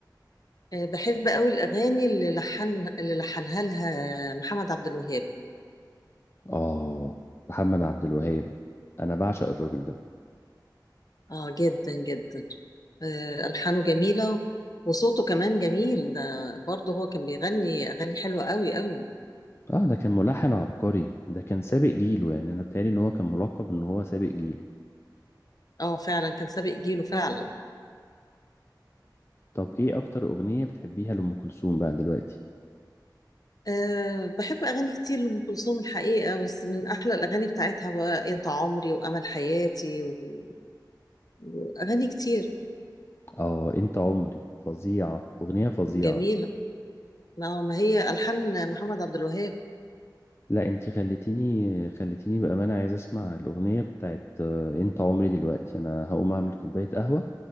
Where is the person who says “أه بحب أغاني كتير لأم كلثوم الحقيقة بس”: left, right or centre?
Left